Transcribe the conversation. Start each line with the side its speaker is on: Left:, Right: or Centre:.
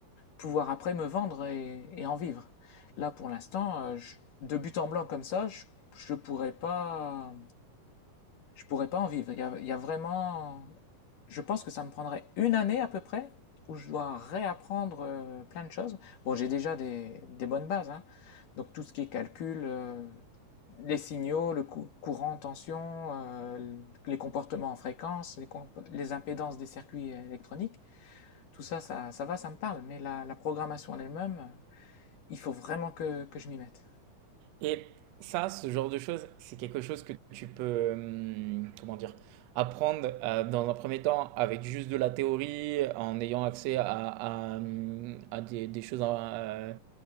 Left: pouvoir après me vendre et, et en vivre. Là, pour l'instant, euh, de but en blanc comme ça, je ne pourrais pas, je pourrais pas en vivre. Il y a, il y a vraiment... Je pense que ça me prendrait une année à peu près où je dois réapprendre euh, plein de choses. Bon, j'ai déjà des, des bonnes bases, hein. Donc tout ce qui est calcul, euh, les signaux, le cou- courant, tension, euh, les comportements en fréquence, les, com- les impédances des circuits électroniques, tout ça, ça, ça va, ça me parle. Mais la, la programmation en elle-même, euh, il faut vraiment que, que je m'y mette.
Right: Et ça, ce genre de choses, c'est quelque chose que tu peux, hum, comment dire, apprendre euh, dans un premier temps avec juste de la théorie, en ayant accès à, à, hum, à des, des choses euh,